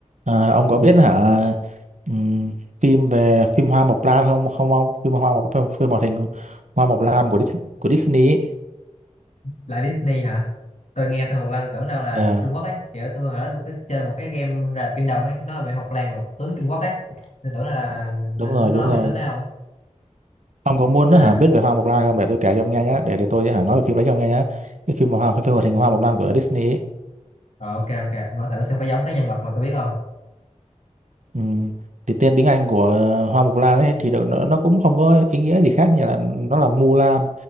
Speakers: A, on the right; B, on the left.
A: À, ông có biết hả ừm, phim về phim Hoa Mộc Lan không không ông phim Hoa Mộc phim, phim hoạt hình Hoa Mộc Lan của Dis, của Disney ấy.
B: lại Disney hả tôi nghe tôi Ngọc Lan tôi tưởng đâu là
A: Ờ,
B: Trung Quốc ấy kiểu tôi hồi đó tôi có chơi một cái game là Kingdom ấy nói về Ngọc Lan Ngọc tướng Trung Quốc ấy tôi tưởng là, là
A: đúng
B: nó
A: rồi
B: có
A: đúng
B: nói
A: rồi
B: về tướng đấy không
A: ông có muốn
B: là
A: hả biết về Hoa Mộc Lan không để tôi kể cho ông nghe nhé để để tôi hả nói về phim đấy cho ông nghe nhé cái phim mà Hoa phim hoạt hình Hoa Mộc Lan của Disney ấy.
B: rồi ok ok ông nói thử xem có giống cái nhân vật mà tôi biết không
A: Ừm, thì tên tiếng Anh của ờ, Hoa Mộc Lan ấy thì nó nó nó cũng không có ý nghĩa gì khác như là nó là Mulan